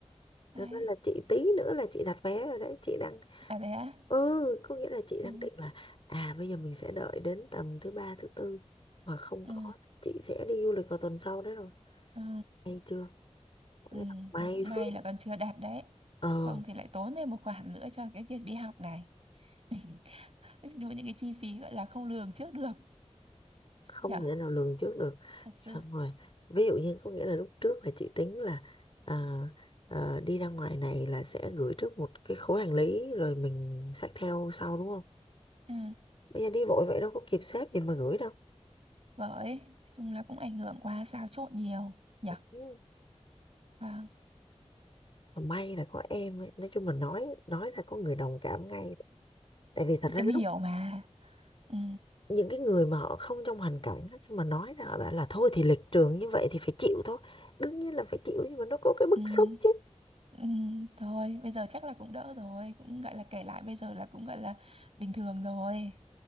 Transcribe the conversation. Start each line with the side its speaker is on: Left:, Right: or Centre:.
Right: đấy
Left: Thật ra là chị tí nữa là chị đặt vé rồi đấy chị đang
Right: à thế á
Left: ừ có nghĩa là chị đang
Right: ừ
Left: định là à bây giờ mình sẽ đợi đến tầm thứ ba thứ tư mà không
Right: ừ
Left: có chị sẽ đi du lịch vào tuần sau đấy rồi
Right: ừ
Left: hay chưa có
Right: ừ
Left: nghĩa là may
Right: thôi cũng
Left: phước
Right: may là con chưa đạt đấy
Left: ờ
Right: không thì lại tốn thêm một khoản nữa cho cái việc đi học này <laughs> Đúng những cái chi phí gọi là không lường trước được
Left: không
Right: nhở
Left: thể nào lường trước được
Right: thật sự
Left: xong rồi ví dụ như có nghĩa là lúc trước là chị tính là à, à, đi ra ngoài này là sẽ gửi trước một cái khối hành lý rồi mình xách theo sau đúng không
Right: ừ
Left: bây giờ đi vội vậy đâu có kịp xếp gì mà gửi đâu
Right: bởi nói chung là cũng ảnh hưởng qua xáo trộn nhiều nhở
Left: Ừ.
Right: vâng
Left: Mà may là có em ấy. Nói chung là nói nói ra có người đồng cảm ngay tại vì thật ra
Right: em hiểu
Left: lúc
Right: mà ừ
Left: những cái người mà họ không trong hoàn cảnh á, khi mà nói ra họ bảo là thôi thì lịch trường như vậy thì phải chịu thôi đương nhiên là phải chịu nhưng mà nó có cái bức
Right: ừ
Left: xúc chứ
Right: ừ thôi bây giờ chắc là cũng đỡ rồi cũng gọi là kể lại bây giờ là cũng gọi là bình thường rồi